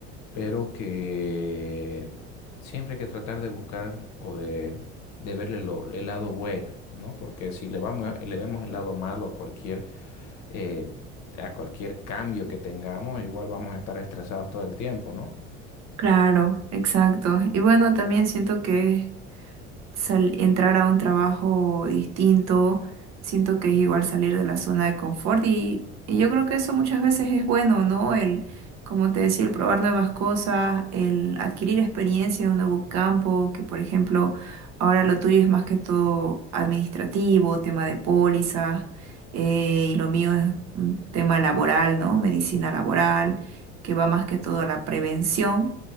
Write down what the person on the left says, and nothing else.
pero que siempre hay que tratar de buscar o de, de verle lo- el lado bueno, ¿no? Porque si le vamos, le vemos el lado malo a cualquier, eh, a cualquier cambio que tengamos, igual vamos a estar estresados todo el tiempo, ¿no?